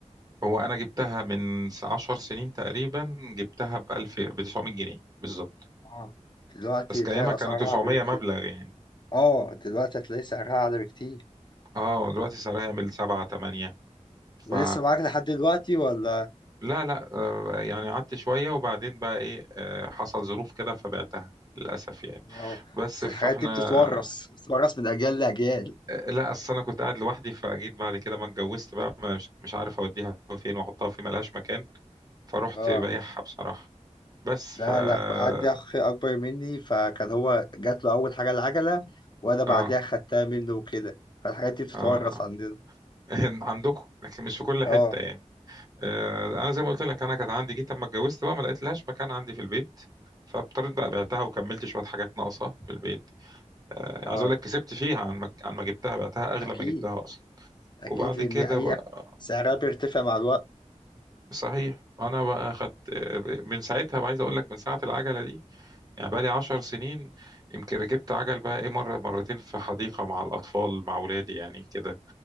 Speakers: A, on the right (about 30°); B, on the left (about 40°).
A: هو انا جبتها من 10 سنين تقريبا جبتها ب 1000 ب 900 جنيه بالظبط
B: اه دلوقتي
A: بس كايامها
B: تلاقي الأسعار
A: كانوا 900
B: أعلى بكتير
A: مبلغ يعني
B: اه دلوقتي هتلاقي سعرها أعلى بكتير
A: اه دلوقتي سعرها يعمل سبعة تمانية ف
B: ولسه معاك لحد دلوقتي ولا
A: لا لا آه، يعني قعدت شوية وبعدين بقى ايه آه، حصل ظروف كده فبعتها للأسف يعني
B: اه
A: بس
B: بس
A: فاحنا
B: الحاجات دي بتتورث بتتورث من أجيال لأجيال
A: آه، لا أصل أنا كنت قاعد لوحدي فجيت بعد كده ما اتجوزت بقى مش, مش عارف أوديها فين وأحطها فين ملهاش مكان فرحت
B: اه
A: بايعها بصراحة بس
B: لا
A: ف اه
B: أنا أخ- عندي أخ أكبر مني فكان هو جات له أول حاجة العجلة وأنا بعديها
A: اه
B: خدتها منه وكده فالحاجات دي بتتورث
A: آه.
B: عندنا
A: <laughs> عندكم لكن مش في كل حتة
B: اه
A: يعني آه، انا زي ما قلت لك انا كانت عندي جيت اما اتجوزت بقى ما لقيت لهاش مكان عندي في البيت فاضطريت بقى بعتها وكملت شويه حاجات ناقصه في البيت آه،
B: اه
A: عايز اقول لك كسبت فيها عن ما عن ما جبتها بعتها اغلى
B: أكيد
A: ما جبتها اصلا
B: اكيد
A: وبعد
B: لان
A: كده
B: هي
A: بقى
B: سعرها بيرتفع مع الوقت
A: صحيح انا بقى خدت آه، من ساعتها بقى عايز اقول لك من ساعه العجله دي يعني بقى لي 10 سنين يمكن ركبت عجل بقى ايه مره مرتين في حديقه مع الاطفال مع اولادي يعني كده